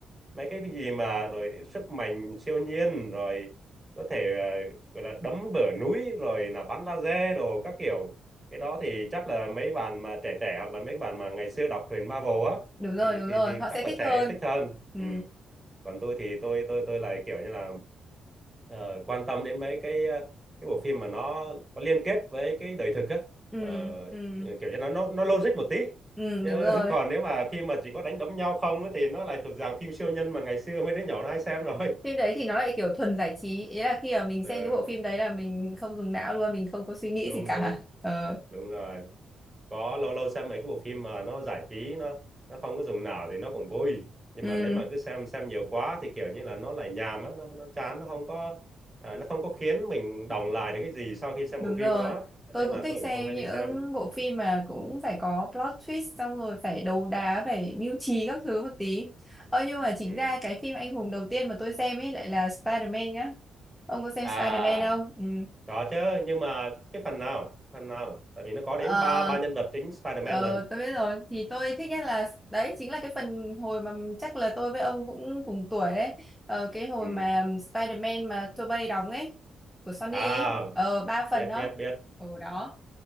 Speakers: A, on the right (about 20°); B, in the centre.
A: mấy cái gì mà rồi sức mạnh siêu nhiên rồi có thể ờ, gọi là đấm bờ núi rồi là bắn laser đồ các kiểu cái đó thì chắc là mấy bạn mà trẻ trẻ hoặc là mấy bạn mà ngày xưa đọc truyện Marvel á
B: Đúng rồi,
A: thì
B: đúng
A: thì
B: rồi,
A: thì
B: họ
A: chắc
B: sẽ
A: là
B: thích
A: sẽ
B: hơn.
A: yêu thích hơn
B: Ừ,
A: ừ còn tôi thì tôi tôi tôi lại kiểu như là ờ, quan tâm đến mấy cái ờ, cái bộ phim mà nó có liên kết với cái đời thực á
B: ừ,
A: Ờ,
B: ừ,
A: kiểu như nó nó nó logic một tí
B: ừ,
A: chứ
B: đúng rồi.
A: <laughs> còn nếu mà phim mà chỉ có đánh đấm nhau không á, thì nó lại thuộc dạng phim siêu nhân mà ngày xưa mấy đứa nhỏ nó hay xem rồi
B: Phim đấy thì nó lại kiểu thuần giải trí, ý là khi mà mình
A: <laughs> ừ,
B: xem cái bộ phim đấy là mình không dùng não luôn, mình không có suy nghĩ
A: đúng
B: gì cả.
A: đúng
B: Ờ,
A: đúng rồi có lâu lâu xem mấy cái bộ phim mà nó giải trí nó nó không có dùng não thì nó cũng vui nhưng
B: ừ.
A: mà nếu mà cứ xem xem nhiều quá thì kiểu như là nó lại nhàm á nó, nó chán nó không có à, nó không có khiến mình đọng lại được cái gì sau khi xem
B: Đúng
A: bộ phim
B: rồi,
A: đó
B: tôi
A: nên
B: cũng
A: là
B: thích
A: tôi
B: xem
A: cũng không hay
B: những
A: đi xem
B: bộ phim mà cũng phải có plot twist xong rồi phải đấu đá, phải mưu trí các thứ một tí. Ơ nhưng mà chính
A: ừ.
B: ra cái phim anh hùng đầu tiên mà tôi xem ấy lại là Spider-Man nhá. Ông có xem
A: à
B: Spider-Man không? Ừ.
A: có chứ nhưng mà cái phần nào phần nào tại vì nó có
B: Ờ,
A: đến ba ba nhân vật chính Spider-Man
B: ờ,
A: lần
B: tôi biết rồi, thì tôi thích nhất là đấy chính là cái phần hồi mà chắc là tôi với ông cũng cùng tuổi đấy. Ờ, cái hồi
A: ừ.
B: mà Spider-Man mà Tobey đóng ấy của Sony
A: à
B: ấy, ờ ba phần
A: biết
B: đó.
A: biết biết
B: Ở đó